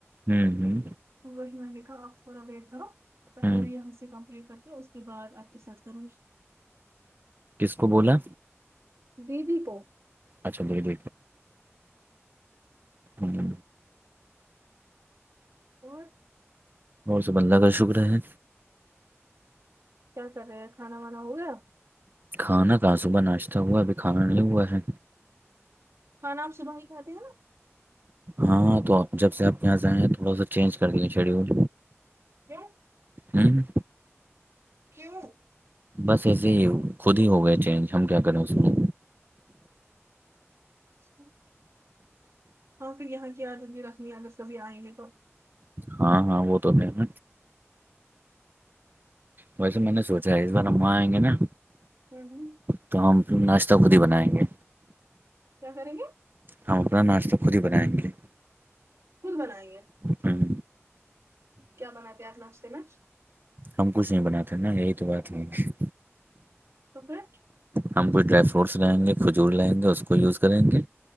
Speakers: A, on the right; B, on the right.
A: ہوں ہوں
B: وہی میں دیکھا اور تھوڑا ویٹ کرو پہلے
A: ہوں
B: بھی یہاں سے کم ل کر کے اس کے بعد آپ کے ساتھ کروں گی
A: کس کو بولا
B: وی و پو
A: اچھا ب د ہ
B: ہو
A: اور سب اللہ کا شکر ہے
B: کیا کر رہے ہیں کھانا وانا ہو گیا
A: کھانا کہاں صبح ناشتہ ہوا ابھی کھانا نہیںے ہوا ہے
B: ہ نام صبح ہی کھات ہیں نا
A: ہاں تو جب سے آپ یہاں سے آائیں تھوڑا سا چینج کر دیے شیڈیول
B: کیوں
A: ہوں
B: کیوں
A: بس ایسے ہی خود ہی ہو گیا چینج ہم کیا کریں اس میں
B: اچھ ہاں پھر یہاں کی عادت بھی رکھمی اگر سبھی آئیں گے تو
A: ہاں ہاں وہ تو ہے ن ویسے میں نے سوچا ہے اس بار ہم وہاں آئ گے نا
B: <unintelligible>
A: تو ہم ناشتہ خود ہی بنائیں گے
B: کیا کریں گے
A: ہم اپنا ناشت خود ہی بنائیں گے
B: خود بنائیں گے
A: ہوں
B: کیا بناتے ہیں آپ ناشتے میں
A: ہم کچھ نہیں بناتے نا یہی تو بات نہیں
B: اکر
A: ہم کوئی ڈرائی فروٹس لگائیں گے کھجور لائیں گے اس کو یوز کریں گے